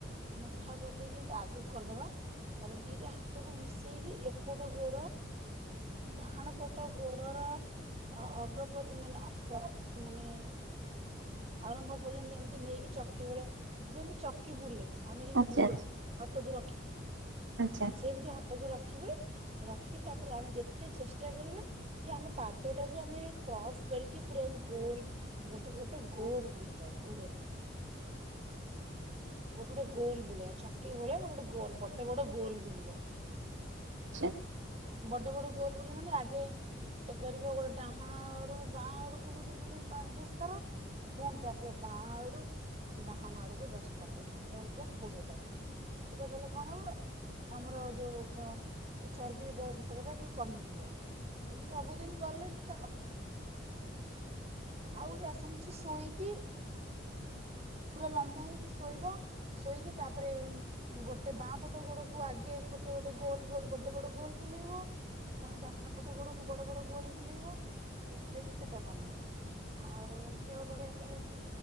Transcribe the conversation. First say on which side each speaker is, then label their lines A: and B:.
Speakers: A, on the right (about 35°); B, on the right (about 75°).
A: ମୁଠା କରିଦେଇକି ଏମତି ଆଗକୁ କରିଦବା ତାପରେ ଦିଟା ହାତକୁ ମିଶେଇକି ଏପଟ ଗୋଡ ଡାହାଣ ପଟ ଗୋଡର ଅଗ ମାନେ ମାନେ ଆରମ୍ଭ ପର୍ଯ୍ୟନ୍ତ ଏମିତି ନେଇକି ଚକି ଭଳିଆ ଯେମତି ଚକି ବୁଲେ। ଆମେ ଯେମିତି
B: ଆଚ୍ଛା
A: ବୁଲଉ ହାତକୁ ରଖି। ଆ
B: ଆଚ୍ଛା
A: ସେିମତି ହାତକୁ ରଖ ରଖିବେ ରଖିକି ତାପରେ ଆମେ ଯେତେ ଚେଷ୍ଟା କରିବା କି ଆମ ପାଦ ଟାକୁ ଆମେ କ୍ରସ୍ କରିକି ପୁରାମତି ଗୋଲ ଗୋଟେ ଗୋଟେ ଗୋଲ ବୁଲେଇବା ଗୋଲ ଗୋଟେ ଗୋଟେ ଗୋଲ ବୁଲେଇବା ଚକି ଭଳିଆ ଗୋଟେ ଗୋଟେ ଗୋଲ ବଡ ବଡ ଗୋଲ ବୁଲିବ।
B: ଆଛା
A: ବଡ ବଡ ଗୋଲ ବୁଲେ ମାନେ ଆଗେ ଗୋଟେ କରିବ ଗୋଟେ ଡାହାଣ ଆଡୁ ବାଁ ଆଡକୁ ବୁଲି ବୁଲି ପାଞ୍ଚ ଦଶ ଥର ପୁଣି ତାପରେ ବାଁ ଆଡୁ ଡାହାଣ ଆଡକୁ ଦଶ ଥର ଏମିତି ଦଶ ଦଶ କୋଡିଏ ଥର ସେଟା କହଲେ କଣ ହବ ଆମର ଯୋଉ ଚର୍ବି ଭାଗ ଟା ଟିକେ କମିଯିବ ଏମିତି ସବୁଦିନ କଲେ ସେଇଟା ହବ ଆଉ ଗୋଟେ ଆସନ ଅଛି ଶୋଇକି ପୁରା ଲମ୍ବା ହେଇକି ଶୋଇବ ଶୋଇକି ତାପରେ ଗୋଟେ ବାଁ ପଟ ଗୋଡକୁ ଆଗେ ଗୋଟେ ଗୋଟେ ଗୋଲ ଗୋଲ ଗୋଟେ ବଡ ଗୋଲ ବୁଲେଇବ ପୁଣ ଡାହାଣ ପଟ ଗୋଡକୁ ବଡ ବଡ ଗୋଲ ବୁଲେଇବ ଏଥିରେ ବି ପେଟ କମେ ଆଉ ସେଟା ବି ବଢିଆ କରନ୍ତି